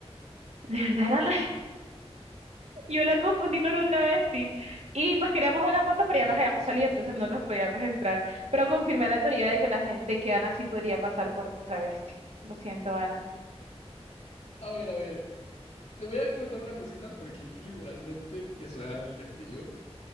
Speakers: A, on the right; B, on the left.
A: ¿de verdad era Nada yo la confundí con un travesti. Y pues queríamos una foto, pero ya
B: Ay,
A: nos habíamos
B: Jesucristo.
A: salido, entonces no nos podíamos entrar. Pero confirmé la teoría de que la gente, de que Ana sí podría pasar por travesti. Lo siento, Ana.
B: A ver, a ver. Te voy a comentar una cosita porque es que literalmente eso era en el castillo.